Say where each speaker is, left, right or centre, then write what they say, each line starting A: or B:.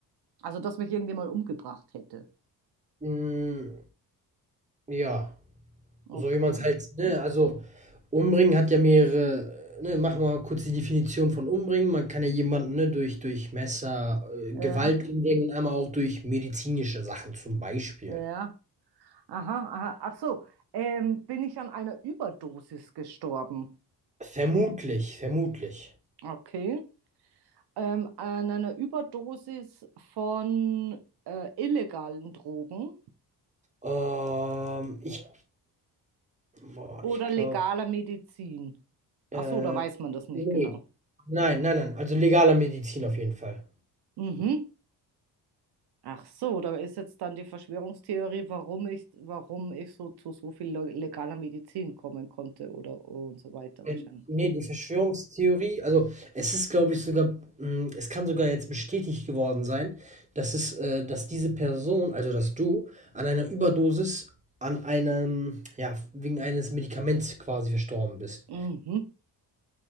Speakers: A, on the right; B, on the right.
A: Also, dass mich irgendjemand umgebracht hätte.
B: Mm, ja,
A: Okay.
B: so jemand halt, ne, also umbringen hat ja mehrere, ne, mach mal kurz die Definition von umbringen. Man kann ja jemanden, ne, durch, durch Messer, äh, Gewalt
A: Ja,
B: umbringen und einmal auch durch medizinische Sachen zum Beispiel.
A: ja. Aha, aha. Ach so. Ähm, bin ich an einer Überdosis gestorben?
B: Vermutlich, vermutlich.
A: Okay. Ähm, an einer Überdosis von äh, illegalen Drogen
B: Ähm, ich boah,
A: oder
B: ich glaube,
A: legaler Medizin?
B: äh,
A: Ach so, da weiß man das nicht
B: ne.
A: genau.
B: Nein, nein, nein, also legaler Medizin auf jeden Fall.
A: Mhm. Ach so, da ist jetzt dann die Verschwörungstheorie, warum ich, warum ich so zu so viel le- legaler Medizin kommen konnte oder und so weiter
B: Denn
A: wahrscheinlich.
B: ne, die Verschwörungstheorie also, es ist, glaube ich, sogar hm, es kann sogar jetzt bestätigt geworden sein, dass es äh, dass diese Person, also dass du, an einer Überdosis an einem ja, wegen eines Medikaments quasi verstorben bist.
A: Mhm,